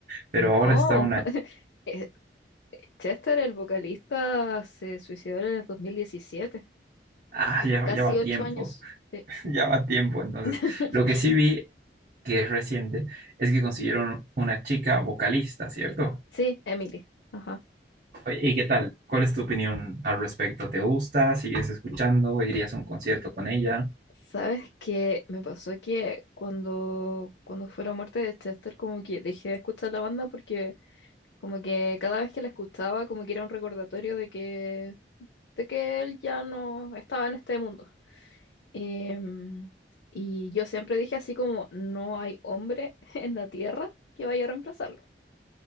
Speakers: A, on the right; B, on the left.
A: Pero
B: No,
A: ahora está una...
B: <laughs> Eh, Chester, el vocalista, se suicidó en el dos mil diecisiete
A: Ah,
B: De
A: ya,
B: Casi
A: ya va
B: ocho
A: tiempo.
B: años. Sí,
A: <laughs> Ya va tiempo, entonces.
B: <laughs>
A: Lo que sí vi, que es reciente, es que consiguieron una chica vocalista, ¿cierto?
B: Sí, Emily. Ajá.
A: Oye, ¿Y qué tal? ¿Cuál es tu opinión al respecto? ¿Te gusta? ¿Sigues escuchando? ¿Irías a un concierto con ella?
B: Sabes que me pasó que cuando, cuando fue la muerte de Chester, como que dejé de escuchar la banda porque como que cada vez que la escuchaba, como que era un recordatorio de que, de que él ya no estaba en este mundo. Em, y yo siempre dije así como, no hay hombre <laughs> en la tierra que vaya a reemplazarlo.